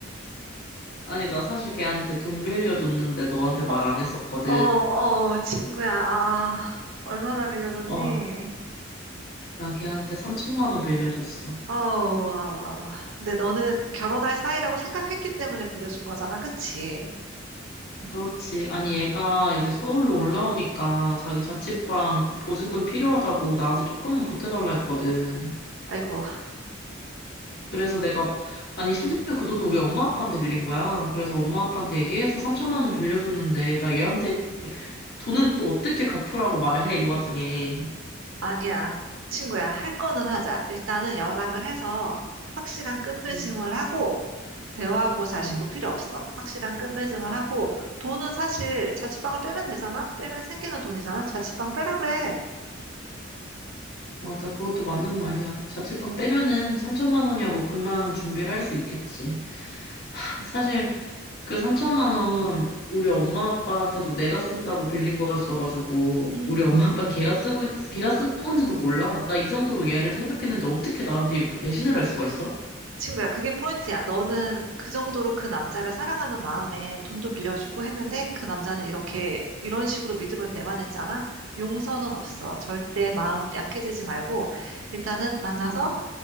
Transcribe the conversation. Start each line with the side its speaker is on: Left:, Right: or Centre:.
Left: 아니, 나 사실 걔한테 돈 빌려줬는데 너한테 말
Right: 어,
Left: 안 했었거든.
Right: 어, 어, 친구야. 아, 얼마나 빌려줬니?
Left: 어, 나 걔한테 3천만 원 빌려줬어.
Right: 아우, 아우, 아우. 근데 너는 결혼할 사이라고 생각했기 때문에 빌려준 거잖아, 그치?
Left: 그렇지. 아니, 얘가 이제 서울로 올라오니까 자기 자취방
Right: 음,
Left: 보증금 필요하다고 나한테 조금만 보태달라 했거든.
Right: 아이고,
Left: 그래서 내가, 아니, 심지어 그 돈도 우리 엄마 아빠한테 빌린 거야. 그래서 엄마 아빠한테 얘기해서 3천만 원 빌려줬는데, 나 얘한테 돈은 또 어떻게 갚으라고 말해, 이 와중에.
Right: 아니야. 친구야, 할 거는 하자. 일단은 연락을 해서 확실한 끝맺음을
Left: 음,
Right: 하고, 대화하고 자시고
Left: 음,
Right: 필요 없어. 확실한 끝맺음을 하고 돈은 사실 자취방을 빼면 되잖아? 빼면 생기는 돈이잖아? 자취방 빼라 그래.
Left: 맞아. 그것도 맞는 말이야. 자취방 빼면은 3천만 원이야 뭐 금방 준비를 할 수 있겠지. 사실 그 3천만 원 우리 엄마 아빠한테도 내가 쓴다고 빌린 거였어가지고
Right: 음,
Left: 우리 엄마 아빠는 걔가 쓰고 있- 걔가 쓴 건지도 몰라. 나 이 정도로 얘를 생각했는데 어떻게 나한테 이렇게 배신을 할 수가 있어?
Right: 친구야, 그게 포인트야. 너는 그 정도로 그 남자를 사랑하는 마음에 돈도 빌려주고 했는데 그 남자는 이렇게 이런 식으로 믿음을 배반했잖아? 용서는 없어. 절대 마음 약해지지 말고 일단은 만나서
Left: 음.